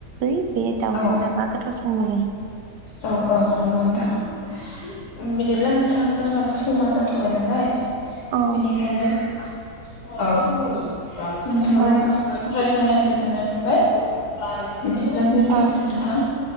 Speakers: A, on the right (about 85°); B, on the left (about 70°).
A: बै बे दाउजों
B: औ
A: जाबा गोथावसिन मोनो
B: औ औ नंगौ नोंथां
A: औ
B: बिदिब्ला नों थां जोंनाबो समा जाथ'बाय नालाय
A: औ
B: बेनिखायनो <unintelligible> नोंथांजों
A: औ
B: रायज्लायनो गोजोननाय मोनबाय बिदिबानो दोनथ'नोसै
A: औ
B: नोंथां